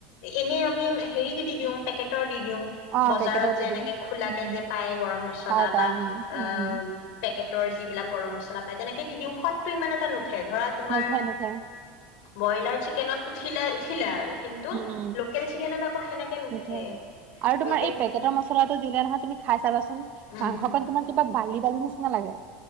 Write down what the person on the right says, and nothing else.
অ
পেকেটৰ
দি
দিওঁ
উম
পাই পাই
উম
উম
নুঠে নুঠে
<unintelligible>
আৰু তোমাৰ
এই পেকেটৰ
মচলাটো দিলে নহয় তুমি খাই চাবাচোন
মাংসখন তোমাৰ কিবা বালি বালি <inaudible> নালাগে।